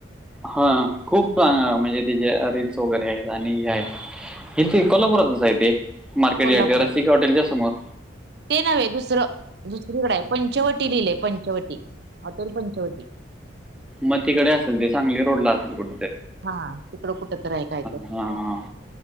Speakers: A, in the centre; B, on the right (about 55°).
A: ह खूप म्हणजे त्याचे रिल्स वगैरे आहेत, आणि हे आहेत. इथे कोल्हापुरातच हाए ते, मार्केट
B: कोल्हापुरात
A: या रसिका हॉटेलच्या समोर.
B: ते नव्हे, दुसरं दुसरीकडे आहे. पंचवटी लिहिलय पंचवटी हॉटेल पंचवटी.
A: मग तिकडे असेल ते, सांगली रोड ला असेल कुठ.
B: हा तिकडं कुठ तर आहे काय तर.
A: हां, हां.